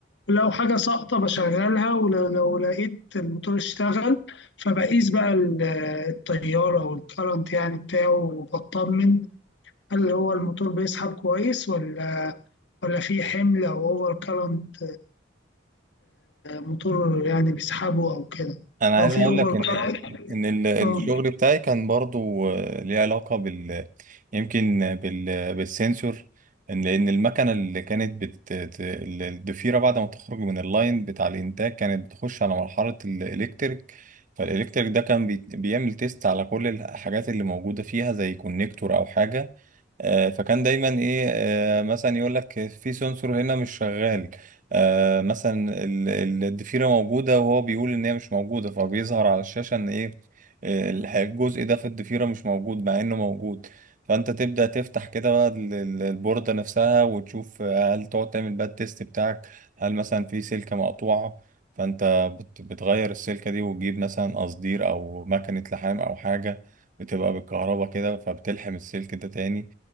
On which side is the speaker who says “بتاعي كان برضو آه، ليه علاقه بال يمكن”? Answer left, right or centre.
Right